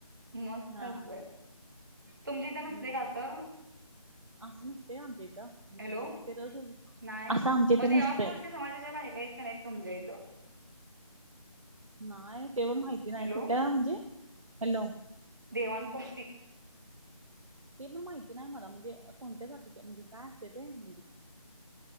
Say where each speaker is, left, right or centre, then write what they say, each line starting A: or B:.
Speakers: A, on the right; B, on the right.
A: मस्त
B: हा
A: असतय. तुमच्या इथं नसते
B: हम्म
A: का असं.
B: असं नसतंय आमच्या इथं म्हणजे
A: हॅलो
B: ते र
A: नाही
B: असं आमच्या
A: मग
B: इथं
A: देवाणकोष्टी
B: नसतंय.
A: समाजाच्या बायका आहेत का नाही तुमच्या इथं.
B: नाही तेपण माहिती नाही
A: हॅलो
B: कुठल्या म्हणजे हॅलो.
A: देवांग कोस्टी.
B: ते पण माहिती नाही मला म्हणजे कोणत्या जातीच्या म्हणजे काय असते ते म्हणजे.